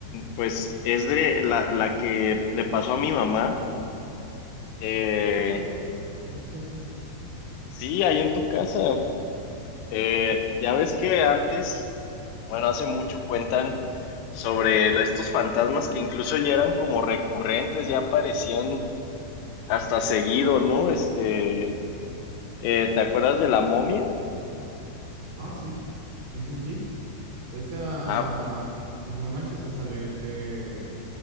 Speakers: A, on the left; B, on the right.
A: pues es de la, la que le pasó a mi mamá. Eh,
B: Ah, cabrón, ¿cuál es esa?
A: sí, ahí en tu casa. Eh, ya ves que antes, bueno, hace mucho cuentan sobre la- estos fantasmas que incluso ya eran como recurrentes, ya aparecían hasta seguido, ¿no? Este, eh, ¿te acuerdas de la momia?
B: Ah, sí, sí, sí, sí. Esta,
A: Ah, pues,
B: pues no manches, hasta le, le,